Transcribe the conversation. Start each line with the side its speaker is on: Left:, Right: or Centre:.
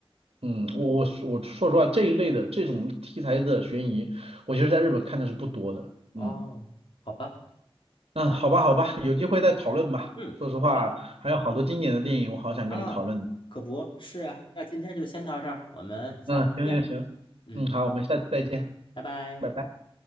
Right: 嗯，我我我说实话，这一类的这种题材的悬疑，我其实在日本看的是不多的。
Left: 哦，
Right: 嗯。
Left: 好吧，
Right: 嗯，好吧，好吧，有机会再讨论吧。
Left: 嗯，
Right: 说实话，
Left: 好的
Right: 还有好多经典的电影，我好想跟你讨论。
Left: 啊，可不是啊，那今天就先到这儿，我们下回见。
Right: 嗯，行行行，
Left: 嗯，
Right: 嗯，好，我们下次再见，
Left: 拜拜。
Right: 拜拜。